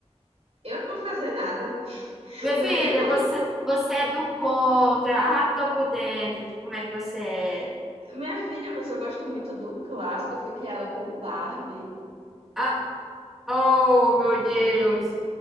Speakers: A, on the right; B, in the centre.
A: Eu não vou fazer nada. <laughs>
B: Minha
A: Não
B: filha,
A: venha colocar.
B: você, você é do contra. Ah, tô por dentro de como é que você é.
A: Minha filha, mas eu gosto muito do clássico. Eu fui criada com Barbie.
B: Ah, Oh, meu Deus.